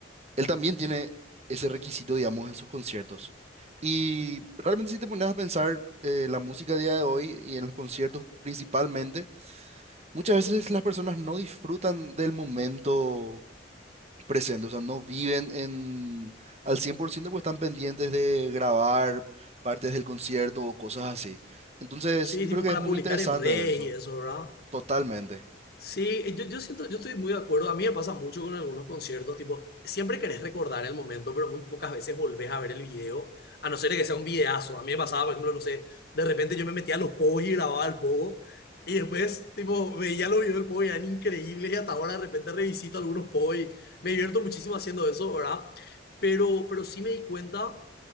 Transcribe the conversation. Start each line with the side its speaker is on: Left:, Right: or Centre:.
Right: él también tiene ese requisito, digamos, en sus conciertos. Y realmente si te pones a pensar eh, la música a día de hoy y en los conciertos principalmente, Muchas veces las personas no disfrutan del momento presente, o sea, no viven en al 100% porque están pendientes de grabar partes del concierto o cosas así. Entonces,
Left: Sí,
Right: yo
Left: tipo
Right: creo que
Left: para
Right: es muy
Left: publicar
Right: interesante
Left: en redes
Right: eso,
Left: y eso, ¿verdad?
Right: totalmente.
Left: Sí, eh, yo, yo siento, yo estoy muy de acuerdo. A mí me pasa mucho con algunos conciertos, tipo, siempre querés recordar el momento, pero muy pocas veces volvés a ver el video, a no ser que sea un videazo. A mí me pasaba, por ejemplo, no sé, de repente yo me metía a los pogos y grababa el pogo, y después, tipo, veía los videos del pogo y eran increíbles, y hasta ahora de repente revisito algunos pogos y me divierto muchísimo haciendo eso, ¿verdad? Pero, pero sí me di cuenta